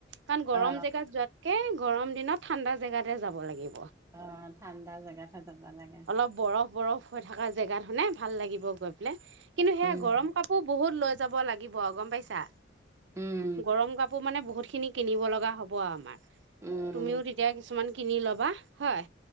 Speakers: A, on the right (about 70°); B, on the right (about 15°).
A: কাৰণ গৰম
B: অ
A: জেগাত যোৱাত। এ গৰম দিনত ঠাণ্ডা জেগাতে যাব লাগে।
B: অ' ঠাণ্ডা জেগাতহে যাব লাগে।
A: অলপ বৰফ বৰফ হৈ থকা জেগা খনে ভাল লাগিব গৈ পেলাই। কিন্তু হেয়া
B: উম
A: গৰম কাপোৰ বহুত লৈ যাব লাগিব গম পাইছা।
B: উম
A: গৰম কাপোৰ মানে বহুত খিনি কিনিব লগা হব আমাৰ
B: উম
A: তুমিও তেতিয়া কিছুমান। কিনি ল'বা হয়।